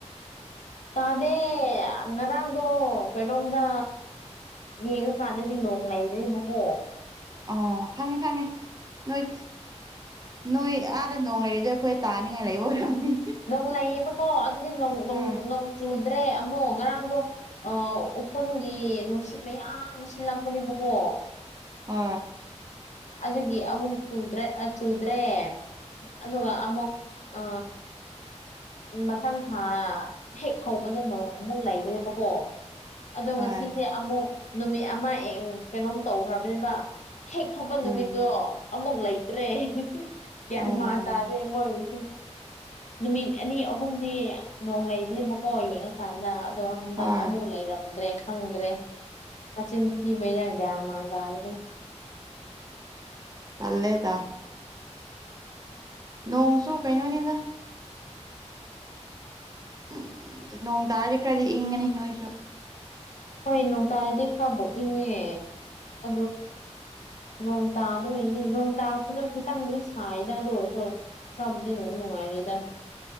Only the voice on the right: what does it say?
ꯑꯣ ꯈꯪꯉꯦ ꯈꯪꯉꯦ ꯅꯣꯏ ꯅꯣꯏ ꯑꯥꯗ ꯅꯣꯡ ꯂꯩꯔꯤꯗ ꯑꯩꯈꯣꯏ ꯇꯥꯅꯤꯡꯉꯥꯏ ꯂꯩꯕ ꯑꯣꯏꯔꯝꯅꯤ
ꯍꯣꯏ
ꯑ
ꯍꯣꯏ
ꯎꯝ
ꯎꯝ
ꯍꯣꯏ
ꯆꯜꯂꯦꯗ ꯅꯣꯡꯁꯨ ꯀꯩꯅꯣꯅꯦꯗ ꯎꯝ ꯑꯗꯨ ꯅꯣꯡ ꯇꯥꯔꯗꯤ ꯈꯔꯗꯤ ꯏꯪꯉꯅꯤ ꯅꯣꯏꯁꯨ